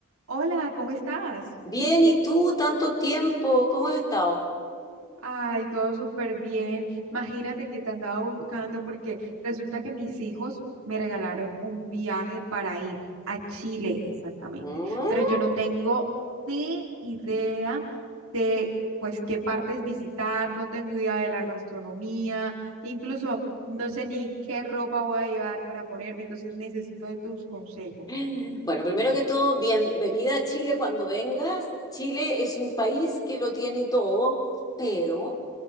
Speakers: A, on the right; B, on the left.
A: Hola, ¿cómo estás?
B: Bien, ¿y tú? Tanto tiempo, ¿cómo has estado?
A: Ay, todo súper bien. Imagínate que te andaba buscando porque resulta que mis hijos me regalaron un viaje para ir a Chile, exactamente.
B: Mm.
A: Pero yo no tengo ni idea de, pues, qué partes visitar, no tengo idea de la gastronomía, incluso no sé ni qué ropa voy a llevar para ponerme, entonces necesito de tus consejos.
B: <laughs> Bueno, primero que todo, bienvenida a Chile cuando vengas. Chile es un país que lo tiene todo, pero